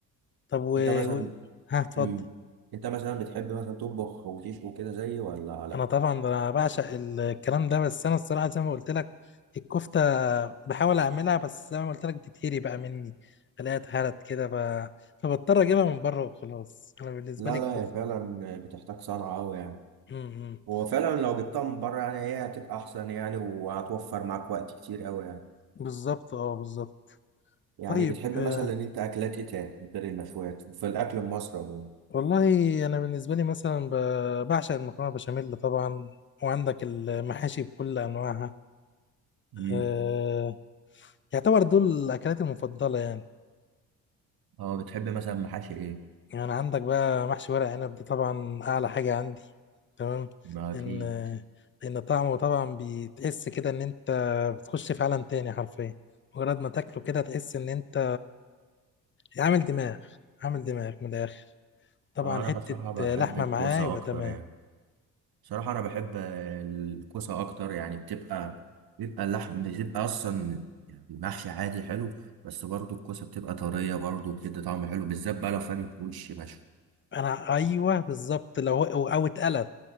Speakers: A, on the left; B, on the right.
A: طب و...
B: انت مثلا
A: و... ها اتفضل
B: امم انت مثلا بتحب مثلا تطبخ وتشوي كده زيي ولا لا
A: انا طبعا ده انا بعشق الكلام ده بس انا الصراحه زي ما قلت لك الكفته بحاول اعملها بس زي ما قلت لك بتتهري بقى مني الاقيها اتهرت كده ف... فبضطر اجيبها من بره وخلاص انا بالنسبه
B: لا
A: لي الكفته
B: لا هي فعلا بتحتاج صنعة أوي يعني
A: امم
B: هو فعلا لو جبتها من بره يعني هي هتبقى أحسن يعني وهتوفر معاك وقت كتير أوي يعني
A: بالظبط اه بالظبط
B: يعني
A: طيب
B: بتحب
A: آه،
B: مثلا إن أنت أكلات إيه تاني غير المشويات في الأكل المصري عموما
A: والله انا بالنسبه لي مثلا ب- بعشق المكرونه بشاميل طبعا وعندك المحاشي بكل انواعها
B: امم
A: آه، يعتبر دول اكلاتي المفضله يعني
B: اه بتحب مثلا محاشي ايه؟
A: يعني عندك بقى محشي ورق عنب ده طبعا اعلى حاجه عندي تمام
B: ما اكيد
A: ان ان طعمه طبعا بتحس كده ان انت بتخش في عالم تاني حرفيا مجرد ما تاكله كده تحس ان انت عامل دماغ عامل دماغ من الاخر طبعا
B: آه، انا
A: حته
B: بصراحة بحب
A: لحمه
B: الكوسة
A: معاه يبقى
B: اكتر
A: تمام
B: يعني صراحة أنا بحب الكوسة أكتر يعني بتبقى بيبقى اللحم بتبقى أصلا يعني محشي عادي حلو بس برضو الكوسة بتبقى طرية برضو بتدي طعم حلو بالذات بقى لو فاهم وش مشوي
A: انا ايوه بالظبط لو هو- او اتقلت